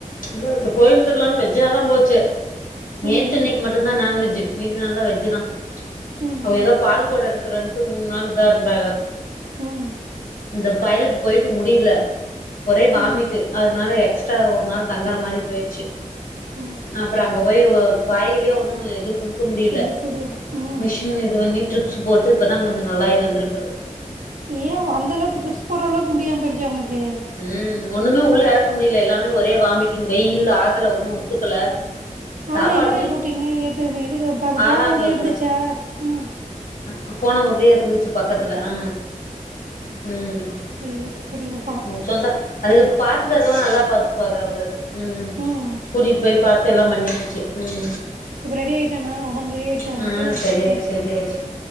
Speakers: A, on the left; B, on the right.
A: இல்ல கோயில் திருவுழானு வெஜ்ஜாதா போச்சு நேத்து
B: ம் ம்,
A: இன்னக்கி மட்டும்தாநான்வெஜ் மீதி நாள்லா வெஜ் தா
B: ம்
A: அவ எதோ பால் கொடம் எடுக்கறன்ட்டு மூணு நாள் இதா இருந்தாக
B: ம்
A: இந்த பயலுக்கு போயிட்டு முடியல ஒரே வாமிட்டு
B: ம்
A: அதுனால எக்ஸ் ட்றா ஒருநாள் தங்குற மாரி போயிருச்சு
B: உம்
A: அ அப்றோ அங்கேன போய் வாய் வலியா ஒன்னு எதுவும் குடுக்க முடியல
B: சரி சரி ம்
A: மிஷின் இது பண்ணி ட்ரிப்ஸ் போட்டு இப்போ ன் கொஞ்சம் நல்லாயி வந்துருக்குது
B: ஏ அந்த அளவுக்கு ட்ரிப்ஸ் போற அளவுக்கு முடியாம போயிடுச்சா அவனுக்கு
A: உம் ஒண்ணுமே உள்ள எறக்க முடியல எல்லாமே ஒரே வாமிட்டிங் வெயில் ஆகல ஒண்ணும் ஒத்துக்கல
B: அதெல்லா
A: சாப்பாடுமே
B: எங்க போய் போட்டீங்க ஏது இதுக்கு அது
A: ஆறாங்கல்ல
B: போன ஊர்லயே இருந்துச்சா உம்
A: ஆ போன ஊர்லயேஇருந்துச்சு பக்கத்துல ஆ உம்
B: சேரி சேரிகா
A: உங்க சொந்தோ அதுக பாத்துக்கிறதுலா நல்லா பாத்து காவ அவுக உம்
B: ம்
A: கூட்டிகிட்டு போய் பாத்து எல்லாம் பண்ணியாச்சு உம்உ
B: இப்போ ரெடி ஆகிட்டானா உடம்பு ரெடி ஆகிடுச்சா
A: ம்
B: அவனுக்கு
A: ஆ சரியாச்சு
B: ம்,
A: சரியாச்சு